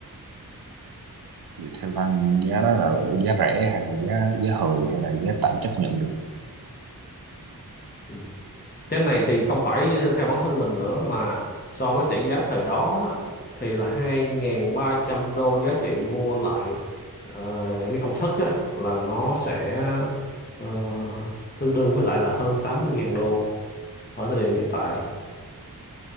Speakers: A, on the right; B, on the left.
A: Thì theo văn giá đó là giá rẻ hay là giá giá hời hay là giá tạm chấp nhận được
B: Ừ. cái này thì không phải ờ, theo bản thân mình nữa mà so với tỷ giá thời đó, đó thì là 2.300 đô giá trị mua lại ờ, cái công thức á, là nó sẽ ờ, tương đương với lại là hơn 80.000 đô ở thời điểm hiện tại